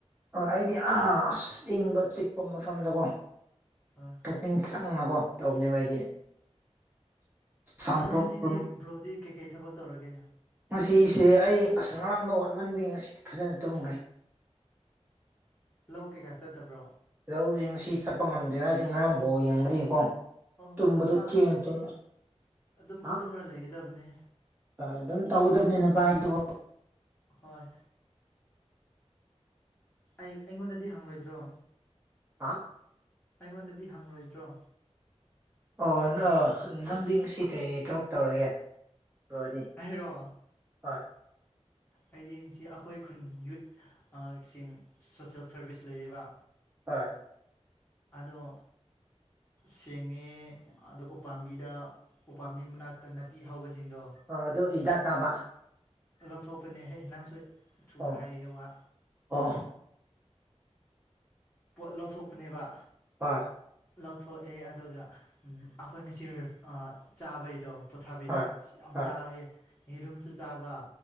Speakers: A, on the right (about 15°); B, on the left (about 20°).
A: ꯑ ꯑꯩꯗꯤ ꯑꯁ ꯏꯪꯕ ꯆꯤꯛꯄ ꯃꯐꯝꯗꯀꯣ
B: <unintelligible>
A: ꯄꯨꯛꯅꯤꯡ ꯆꯪꯉꯀꯣ ꯇꯧꯕꯅꯦꯕ ꯑꯩꯗꯤ ꯁꯥꯎꯟ
B: ꯑꯗꯣ
A: ꯄ꯭ꯔꯨꯞ
B: ꯉꯁꯤꯗꯤ
A: ꯔꯨꯝ
B: ꯕ꯭ꯔꯣꯗꯤ ꯀꯩꯀꯩ ꯊꯕꯛ ꯇꯧꯔꯒꯦ
A: ꯉꯁꯤꯁꯦ ꯑꯩ ꯑꯁ ꯉꯔꯥꯡꯗꯣ ꯋꯥꯃꯟꯕꯒꯤ ꯉꯁꯤꯗꯤ ꯐꯖꯅ ꯇꯨꯝꯈ꯭ꯔꯦ <inaudible>
B: ꯂꯧ ꯀꯩꯀꯥ ꯆꯠꯇꯕ꯭ꯔꯣ
A: ꯂꯧꯖꯦ ꯉꯁꯤ ꯆꯠꯄ ꯉꯝꯗꯦ ꯍꯥꯏꯗꯤ ꯉꯔꯥꯡ ꯕꯣꯜ ꯌꯦꯡꯕꯅꯤꯀꯣ
B: ꯍꯣꯏ
A: ꯇꯨꯝꯕꯗꯨ
B: ꯍꯣꯏ ꯅꯨꯄꯥ
A: ꯊꯦꯡꯅ
B: ꯍꯥꯏꯗꯨꯗꯤ
A: ꯇꯨꯝꯃꯦ
B: ꯑꯗꯨꯝ
A: ꯍꯥ
B: ꯇꯨꯝꯔ ꯂꯩꯒꯗꯕꯅꯤ
A: ꯑꯗꯨꯝ ꯇꯧꯗꯕꯅꯤꯅ ꯕꯥꯏꯗꯣ
B: ꯍꯣꯏ ꯑꯩ ꯑꯩꯉꯣꯟꯗꯗꯤ ꯍꯪꯪꯂꯣꯏꯗ꯭ꯔꯣ
A: ꯍꯥ
B: ꯑꯩꯉꯣꯟꯗꯗꯤ ꯍꯪꯔꯣꯏꯗ꯭ꯔꯣ
A: ꯑꯣ ꯅ ꯅꯪꯗꯤ ꯉꯁꯤ ꯀꯔꯤ ꯊꯕꯛ ꯇꯧꯔꯒꯦ ꯕ꯭ꯔꯣꯗꯤ
B: ꯑꯩꯔꯣ
A: ꯍꯣꯏ
B: ꯍꯌꯦꯡꯁꯤ ꯑꯈꯣꯏ ꯈꯨꯟ ꯌꯨꯠ ꯑ ꯁꯤꯡ ꯁꯣꯁꯦꯜ ꯁꯥꯔꯚꯤꯁ ꯂꯩꯌꯦꯕ
A: ꯍꯣꯏ
B: ꯑꯗꯣ ꯁꯦꯡꯉꯦ ꯑꯗꯣ ꯎꯄꯥꯝꯕꯤꯗ ꯎꯄꯥꯝꯕꯤ ꯃꯅꯥꯛꯇ ꯅꯥꯄꯤ ꯍꯧꯕꯁꯤꯡꯗꯣ
A: ꯑꯣ ꯑꯗꯨ ꯍꯤꯗꯥꯛ ꯀꯥꯞꯕ
B: ꯂꯧꯊꯣꯛꯄꯅꯦꯍꯦ ꯅꯪꯁꯨ ꯊꯨꯅ
A: ꯑꯣ
B: ꯍꯥꯏꯍꯦ ꯋꯥ
A: ꯑꯣ
B: ꯄꯣꯠ ꯂꯧꯊꯣꯛꯄꯅꯦꯕ
A: ꯍꯣꯏ
B: ꯂꯧꯊꯣꯛꯑꯦ ꯑꯗꯨꯒ ꯎꯝ ꯑꯩꯈꯣꯏ ꯉꯁꯤ ꯔꯤꯞ ꯆꯥꯕꯩꯗꯣ ꯊꯥꯕꯤꯗꯣ
A: ꯍꯣꯏ
B: ꯁꯤ ꯌꯥꯝ
A: ꯍꯣꯏ
B: ꯆꯥꯏꯌꯦ ꯌꯦꯔꯨꯝꯁꯨ ꯆꯥꯕ